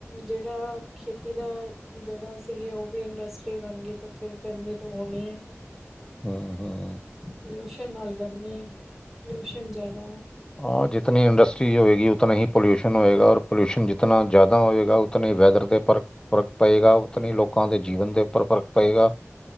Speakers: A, in the centre; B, on the left.
A: ਜਿਹੜਾ। ਖੇਤੀ ਦਾ ਜਗ੍ਹਾ ਸੀਗੀ ਉਹ ਵੀ ਇੰਡਸਟਰੀ ਬਣ ਗਈ ਤੇ ਫਿਰ ਗਰਮੀ ਤੋਂ ਹੋਣੀ ਹੈ।
B: ਹਮ-ਹਮ
A: ਪੋਲਿਊਸ਼ਨ ਨਾਲ ਗਰਮੀ ਹੈ ਪਲਿਊਸ਼ਨ ਜ਼ਿਆਦਾ ਹੈ।
B: ਹ ਜਿਤਨੀ ਇੰਡਸਟਰੀ ਹੋਏਗੀ ਉਤਨਾ ਹੀ ਪੋਲਿਊਸ਼ਨ ਹੋਏਗਾ ਪੋਲਿਊਸ਼ਨ ਜਿਤਨਾ ਜ਼ਿਆਦਾ ਹੋਏਗਾ। ਉਤਨੀ ਵੈਦਰ ਦੇ ਪਰ ਫ਼ਰਕ ਪਏਗਾ ਉਤਨੀ ਲੋਕਾਂ ਦੇ ਜੀਵਨ ਦੇ ਉੱਪਰ ਫ਼ਰਕ ਪਏਗਾ।